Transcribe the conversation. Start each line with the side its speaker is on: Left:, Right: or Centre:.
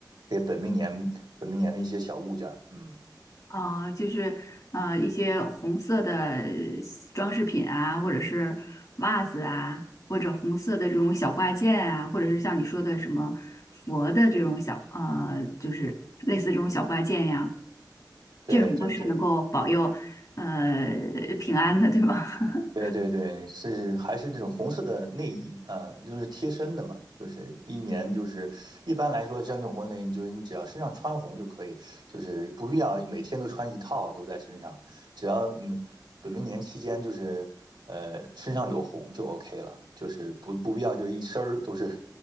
Right: 给本命年本命年的一些小物件儿。嗯，
Left: 啊，就是呃一些红色的装饰品啊，或者是袜子啊，或者红色的这种小挂件啊，或者是像你说的什么佛的这种小呃，就是类似这种小挂件呀，
Right: 对对对。
Left: 这种都是能够保佑呃平安的，对吧？<laughs>
Right: 对对对，是还是那种红色的内衣啊，就是贴身的嘛，就是一年就是一般来说，像这种红色内衣，你就是你只要身上穿红就可以，就是不必要每天都穿一套都在身上，只要嗯本命年期间就是呃身上有红就 OK 了，就是不不必要就一身儿都是